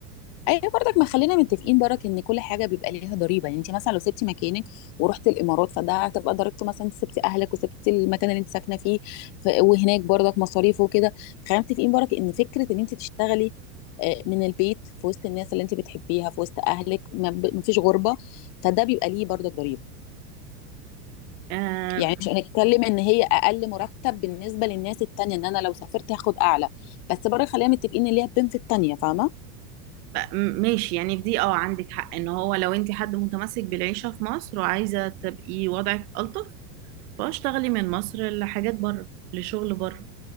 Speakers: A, on the left; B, on the right.
A: ايوه برضك ما خلينا متفقين برك ان كل حاجه بيبقى ليها ضريبه يعني انت مثلا لو سبتي مكانك ورحت الامارات فده هتبقى ضريبته مثلا انت سبتي اهلك وسبتي المكان اللي انت ساكنه فيه ف... وهناك برضك مصاريف وكده خلينا متفقين برك ان فكره ان انت تشتغلي آه، من البيت في وسط الناس اللي انت بتحبيها في وسط اهلك ما ب... فيش غربه فده بيبقى ليه برضك ضريبه
B: آه
A: يعني مش هنتكلم ان هي اقل مرتب بالنسبه للناس التانيه ان انا لو سافرت هاخد اعلى بس برضه خلينا متفقين ان ليها بنفيت تانيه فاهمه
B: م- ماشي يعني في دي اه عندك حق ان هو لو انت حد متمسك بالعيشه في مصر وعايزه تبقي وضعك الطف فاشتغلي من مصر لحاجات بره لشغل بره